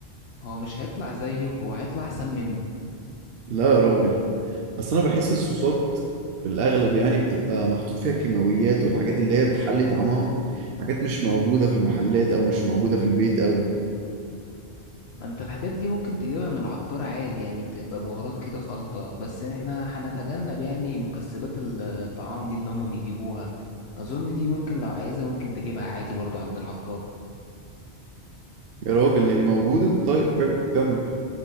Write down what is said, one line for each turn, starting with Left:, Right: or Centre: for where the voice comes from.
Left: هو مش هيطلع زيه هو هيطلع احسن منه
Right: لا يا راجل اصل انا بحس الصوصات في الاغلب يعني بتبقى محطوط فيها كيماويات والحاجات اللي هي بتحلي طعمها حاجات مش موجودة في المحلات او مش موجودة في البيت قوي
Left: ما انت الحاجات دي ممكن تجيبها من العطار عادي يعني بتبقى بهارات كده خلطة بس احنا هنتجنب يعني مكسبات الطعام دي اللي هما بيجيبوها اظن دي ممكن لو عايزها ممكن تجيبها عادي برضو عند العطار
Right: يا راجل يعني موجودة طيب حلو كمل